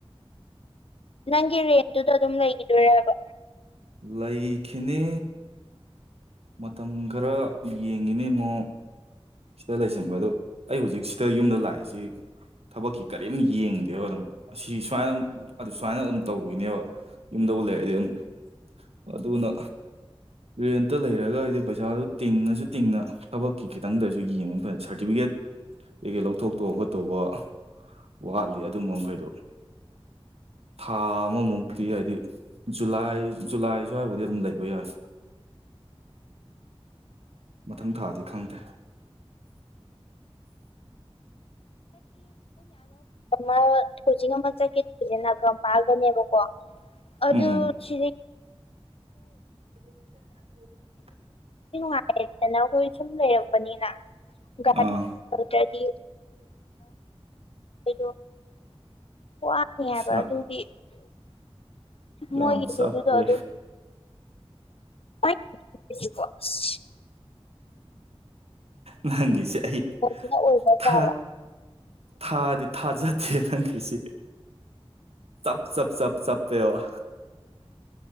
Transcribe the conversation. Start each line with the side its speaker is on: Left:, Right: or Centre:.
Left: ꯅꯪꯒꯤ ꯔꯦꯟꯠꯇꯨꯗ ꯑꯗꯨꯝ ꯂꯩꯈꯤꯗꯣꯏꯣꯔꯕ
Right: ꯂꯩꯈꯤꯅꯤ ꯃꯇꯝ ꯈꯔ ꯌꯦꯡꯉꯤꯅꯦ ꯏ ꯑꯃꯨꯛ ꯁꯤꯗ ꯂꯩꯁꯟꯕ ꯑꯗꯣ ꯑꯩ ꯍꯧꯖꯤꯛ ꯁꯤꯗ ꯌꯨꯝꯗ ꯂꯥꯛꯏꯁꯤ ꯊꯕꯛꯀꯤ ꯀꯔꯤꯝ ꯌꯦꯡꯗꯦꯕ ꯑꯗꯨꯝ ꯑꯁꯤ ꯁꯨꯃꯥꯏꯅ ꯑꯗꯨꯝ ꯑꯗꯨ ꯁꯨꯃꯥꯏꯅ ꯑꯗꯨꯝ ꯇꯧꯈꯤꯅꯦꯕ ꯌꯨꯝꯗ ꯂꯩꯑꯗꯤ ꯑꯗꯨꯝ ꯑꯗꯨꯅ ꯔꯦꯟꯇ ꯂꯩꯔꯒ ꯍꯥꯏꯗꯤ ꯄꯩꯁꯥꯗꯨ ꯇꯤꯡꯉꯁꯨ ꯇꯤꯡꯅ ꯊꯕꯛꯀꯤ ꯈꯤꯇꯪꯗꯔꯁꯨ ꯌꯦꯡꯉꯕ ꯃꯇꯝꯗ ꯁꯥꯔꯇꯤꯐꯤꯀꯦꯠ ꯀꯩꯀꯩ ꯂꯧꯊꯣꯛꯇꯧꯕ ꯈꯣꯠꯇꯧꯕ ꯋꯥꯠꯂꯤ ꯑꯗꯨꯝꯕ ꯃꯈꯈꯩꯗꯣ ꯊꯥ ꯑꯃꯃꯨꯛꯇꯤ ꯍꯥꯏꯗꯤ ꯖꯨꯂꯥꯏ ꯖꯨꯂꯥꯏ ꯁ꯭ꯋꯥꯏꯕꯨꯗꯤ ꯑꯗꯨꯝ ꯂꯩꯕ ꯌꯥꯏ ꯃꯊꯪ ꯊꯥꯗꯤ ꯈꯪꯗꯦ
Left: ꯅꯣ ꯍꯧꯖꯤꯛ ꯑꯃ ꯆꯀꯦꯠꯁꯦ ꯅꯥꯀꯝ ꯄꯥꯑꯒꯅꯦꯕꯀꯣ ꯑꯗꯨꯗ
Right: ꯎꯝ
Left: ꯁꯤꯔꯤ
Right: <unintelligible>
Left: ꯅꯨꯡꯉꯥꯏꯔꯦꯗꯅ ꯑꯩꯈꯣꯏ ꯁꯨꯝ ꯂꯩꯔꯝꯕꯅꯤꯅ ꯒꯔꯤ
Right: ꯑꯥ
Left: <inaudible> ꯍꯥꯏꯕ
Right: ꯑꯁ ꯌꯥꯝ
Left: ꯑꯗꯨꯒꯤ
Right: ꯌꯥꯝ
Left: ꯃꯣꯏꯒꯤꯗꯨꯗꯨꯗꯣ
Right: ꯆꯞꯄꯦ
Left: ꯑꯗꯨꯝ <inaudible>
Right: ꯅꯪꯒꯤꯁꯦ ꯑꯩ
Left: ꯃꯁꯅ ꯑꯣꯕ
Right: ꯊꯥ
Left: ꯆꯂ <inaudible>
Right: ꯊꯥꯗꯤ ꯊꯥꯖꯗꯦ ꯅꯪꯒꯤꯁꯦ ꯁꯞ ꯁꯞ ꯁꯞ ꯁꯞ ꯄꯦꯕ